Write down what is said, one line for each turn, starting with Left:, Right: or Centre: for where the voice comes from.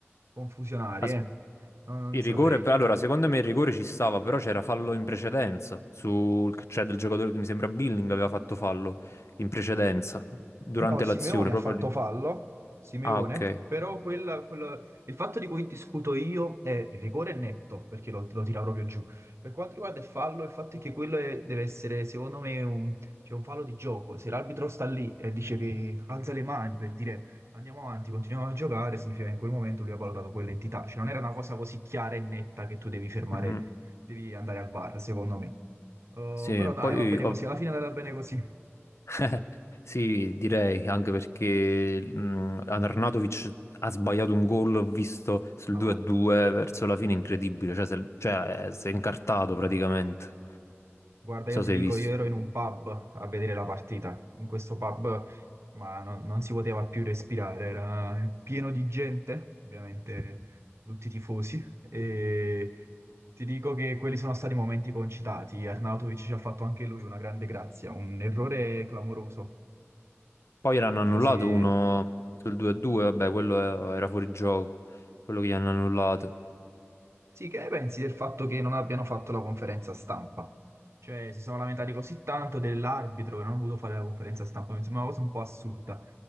Right: confusionarie,
Left: As-
Right: eh. Non, non
Left: Il
Right: saprei.
Left: rigore, allora, secondo me il rigore ci stava, però c'era fallo in precedenza, sul, cioè del giocatore che mi sembra Billing aveva fatto fallo in precedenza, durante
Right: No, Simeone
Left: l'azione, proprio
Right: ha fatto
Left: lì.
Right: fallo, Simeone,
Left: Ah, ok.
Right: però quella- quella- il fatto di cui discuto io è il rigore è netto, perché lo, lo tira proprio giù. Per quanto riguarda il fallo, il fatto è che quello è- deve essere, secondo me, un, cioè un fallo di gioco. Se l'arbitro sta lì e dice che alza le mani per dire andiamo avanti, continuiamo a giocare, significa che in quel momento lui ha valutato quell'entità. Cioè non era una cosa così chiara e netta che tu devi fermare,
Left: Mhm.
Right: devi andare al VAR, secondo me. Eh,
Left: Sì,
Right: però dai,
Left: poi
Right: va bene
Left: ov-
Right: così, alla fine è andata bene così.
Left: <laughs> sì, direi anche perché mh, Arnautovic ha sbagliato un gol, ho visto sul
Right: No.
Left: 2-2 verso la fine, incredibile, cioè, se- cioè, eh, si è incartato praticamente, non
Right: Guarda,
Left: so
Right: io ti
Left: se
Right: dico,
Left: hai visto.
Right: io ero in un pub a vedere la partita. In questo pub, ma no- non si poteva più respirare, era pieno di gente, ovviamente tutti i tifosi. E ti dico che quelli sono stati momenti concitati. Arnautovic ci ha fatto anche lui una grande grazia, un errore clamoroso.
Left: Poi ne hanno
Right: Non
Left: annullato
Right: so se
Left: uno sul 2-2, vabbè, quello era fuori gioco, quello che gli hanno annullato.
Right: Sì, che ne pensi del fatto che non abbiano fatto la conferenza stampa? Cioè, si sono lamentati così tanto dell'arbitro che non ha voluto fare la conferenza stampa, mi sembra una cosa un po' assurda.